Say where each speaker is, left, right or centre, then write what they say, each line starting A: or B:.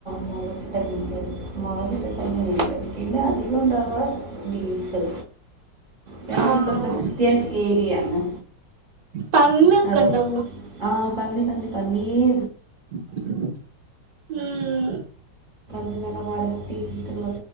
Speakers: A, on the right; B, on the right.
A: മുളകിട്ട മീൻകറി മൊളകിട്ട മീൻകറി പിന്നെ അധികം ഉണ്ടാകുക ബീഫ് ഞങ്ങൾ
B: ആഹ്
A: ഫുൾ ക്രിസ്ത്യൻ ഏരിയാണ്
B: പന്നിയൊക്കെ
A: അതോ
B: ഉണ്ടാവോ
A: ആഹ് പന്നി പന്നി പന്നിയേ
B: ഉം
A: ന്നരം വരത്തിട്ടക്ക